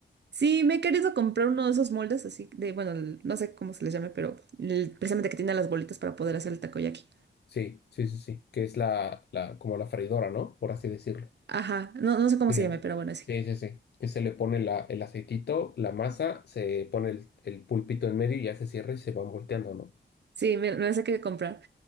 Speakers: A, on the right; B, on the left.
A: Sí, me he querido comprar uno de esos moldes así de, bueno, el- no sé cómo se les llame, pero el- precisamente que tiene las bolitas para poder hacer el takoyaki.
B: Sí, sí, sí, sí, que es la, la, como la freidora, ¿no? Por así decirlo.
A: Ajá, no, no sé cómo
B: Sí.
A: se llame, pero bueno, sí.
B: Sí, sí, sí. Que se le pone la, el aceitito, la masa, se pone el, el pulpito en medio y ya se cierra y se van volteando, ¿no?
A: Sí, me, me las he querido comprar.